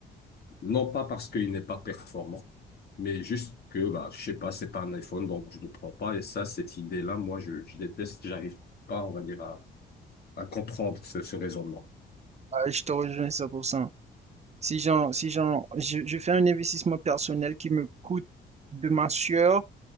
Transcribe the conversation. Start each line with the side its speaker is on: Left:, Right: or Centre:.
Left: non pas parce qu'il n'est pas performant, mais juste que bah je sais pas, c'est pas un iPhone donc je ne le prends pas et ça cette idée-là moi je, je déteste, j'arrive pas on va dire à, à comprendre ce, ce raisonnement.
Right: je te rejoins 100%. Si j'en, si j'en, je, je fais un investissement personnel qui me coûte de ma sueur,